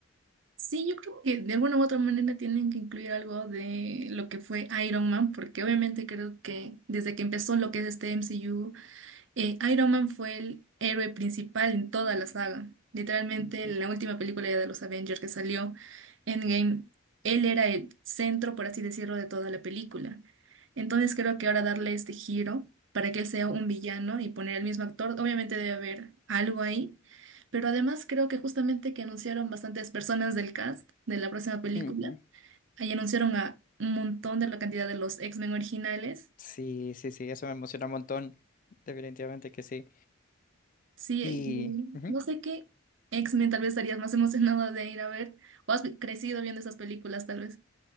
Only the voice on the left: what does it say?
Ujú,
ujú.
Ujú.
Sí, sí, sí, eso me emociona un montón. Definitivamente que sí.
Y
ujú.